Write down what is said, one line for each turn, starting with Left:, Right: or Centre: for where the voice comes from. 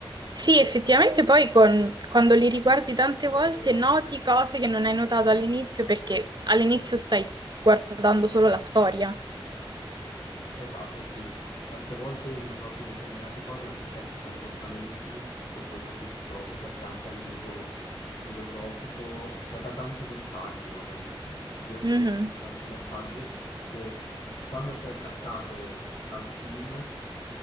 Right: sì, effettivamente poi con- quando li riguardi tante volte noti cose che non hai notato all'inizio perché all'inizio stai guardando solo la storia.
Left: Esatto, sì. Tante volte non noti determinate cose, anche certi comportamenti che poi capisci dopo, perché anche a livello filosofico, cioè da tanti messaggi, no? Dal- io credo
Right: Mhm,
Left: che dia tanti messaggi che quando sei attaccato al film